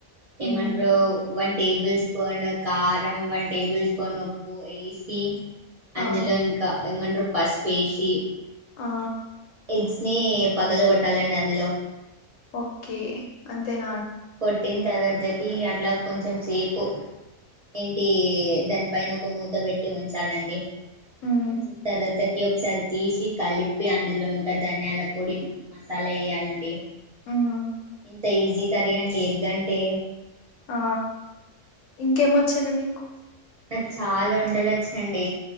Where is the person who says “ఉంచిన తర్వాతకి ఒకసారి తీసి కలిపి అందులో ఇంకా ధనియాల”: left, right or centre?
Right